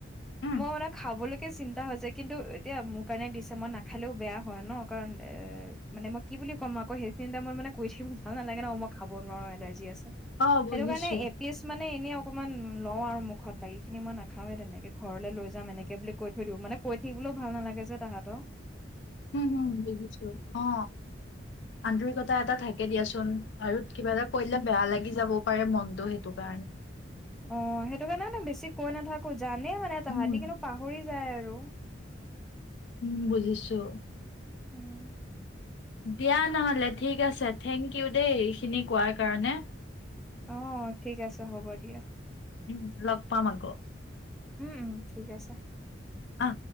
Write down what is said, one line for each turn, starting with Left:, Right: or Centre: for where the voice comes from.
Left: উম
Centre: মই মোনে খাবলৈকে চিন্তা হৈছে, কিন্তু এতিয়া মোৰ কাৰণে দিছে, মই না খালেও বেয়া হয় ন', কাৰণ এ- মানে মই কি বুলি ক'ম আকৌ, সেইখিনি টাইমত মানে কৈ থাকি ভাল নালাগে ন', মই খাব নোৱাৰোঁ, এলাৰ্জি আছ
Left: অ বুজিছো
Centre: সেইটো কাৰণে এপিছ মানে এনে অকমান লওঁ আৰু মুখত বাকী খিনি মই নাখাওে তেনেকে ঘৰলৈ লৈ যাম এনেকে বুলি কৈ থৈ দিও মানে কৈ থাকিবলৈও ভাল নালাগে যে তাহাঁতক।
Left: উম হুম বুজিছোঁ, অ, আন্তৰিকতা এটা থাকে দিয়াচোন। আৰু কিবা এটা কৰিলে বেয়া লাগি যাবও পাৰে মনটো সেইটো কাৰণে।
Centre: অ', সেইটো কাৰণে মানে বেছি কৈ নাথাকো জানে মানে তাহাঁতি
Left: উম
Centre: কিন্তু পাহৰি যায় আৰু। <unintelligible>
Left: উম, বুজিছোঁ।
Centre: উম,
Left: দিয়া নহ'লে ঠিক আছে থেংক ইউ দেই এইখিনি কোৱাৰ কাৰণে।
Centre: অ' ঠিক আছে হ'ব দিয়া।
Left: উম <unintelligible>
Centre: উম, উম ঠিক আছে।
Left: অ'।